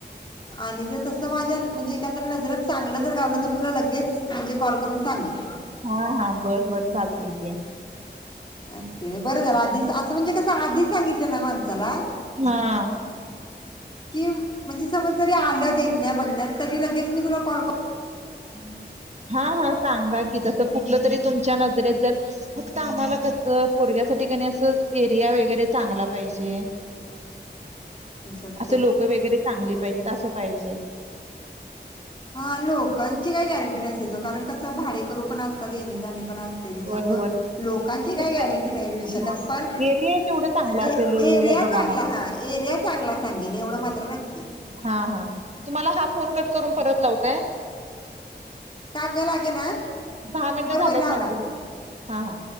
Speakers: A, on the left; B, on the right.
A: आणि जर तसं माझ्या म्हणजे एकंदर नजरच चांगलं जर गावलं तर मी तुला लगेच म्हणजे कॉल करून सांगिन.
B: हा हा बर बर चालतय की,
A: ओके बरं झालं आधीच आज म्हणजे कस आधी सांगितलं न माणसाला
B: हा
A: की म्हणजे समज जरी आलं देखण्या बघण्यात तरी लगेच मी तुला कॉल कर
B: हम् <inaudible> हा हा सांगा की तसं कुठलं तरी तुमच्या नजरेत जर फक्त आम्हाला कसं पोरग्यासाठी अन कसं एरिया वगैरे चांगला पाहिजे.
A: करून
B: असं
A: ते
B: लोक वगैरे चांगली पाहिजेत असं पाहिजे.
A: हा लोकांची काही गॅरंटी नसते जो कारण कसं भाडे करू पण असतात येणे जाणे पण असतात. त्याच्यामुळ
B: होय होय
A: लोकांची काही
B: फक्त
A: गॅरंटी नाही देऊ शकत
B: हां.
A: पण
B: एरिया तेवढं चांगला
A: ए-
B: असेल वेगवेगळं
A: एरिया
B: बघा
A: चांगला
B: मग
A: हा एरिया चांगला सांगेने एवढं मात्र नक्की
B: हा हा तुम्हाला हा फोन कट करून
A: हा
B: परत लावू काय?
A: कागं लागे ना
B: दहा मिनिट
A: बरं
B: झाल्यात
A: बरं लाव
B: माझी
A: लाव
B: हा हा